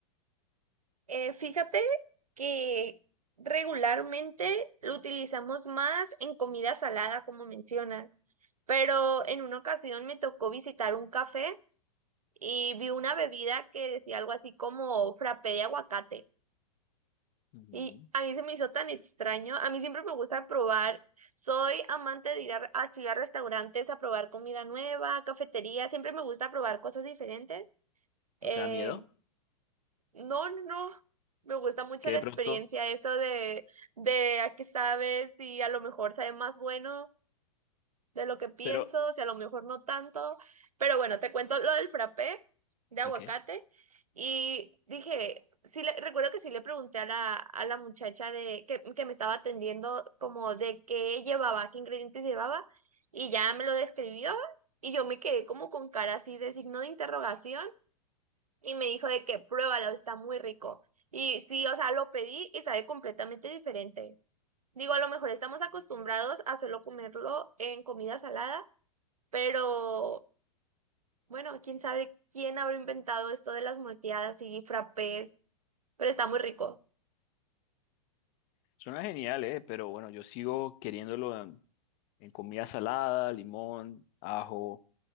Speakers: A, on the right; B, on the left.
A: Eh, fíjate que regularmente lo utilizamos más en comida salada, como mencionan, pero en una ocasión me tocó visitar un café y vi una bebida que decía algo así como frappé de aguacate.
B: Ujú.
A: Y a mí se me hizo tan extraño. A mí siempre me gusta probar. Soy amante de ir a- así a restaurantes a probar comida nueva, cafetería. Siempre me gusta probar cosas diferentes. eh,
B: ¿No te da miedo?
A: No, no, no. Me gusta mucho
B: Que
A: la
B: de
A: experiencia,
B: pronto,
A: eso de, de a qué sabes, si a lo mejor sabe más bueno de lo que pienso,
B: pero,
A: si a lo mejor no tanto. Pero bueno, te cuento lo del frappé de aguacate.
B: ok,
A: Y dije, sí le, recuerdo que sí le pregunté a la, a la muchacha de, que, que me estaba atendiendo como de qué llevaba, qué ingredientes llevaba, y ya me lo describió, y yo me quedé como con cara así de signo de interrogación y me dijo de que pruébalo, está muy rico. Y sí, o sea, lo pedí y sabe completamente diferente. Digo, a lo mejor estamos acostumbrados a solo comerlo en comida salada, pero bueno, quién sabe quién habrá inventado esto de las molteadas y frappés, pero está muy rico.
B: suena genial, ¿eh? Pero bueno, yo sigo queriéndolo en, en comida salada, limón, ajo,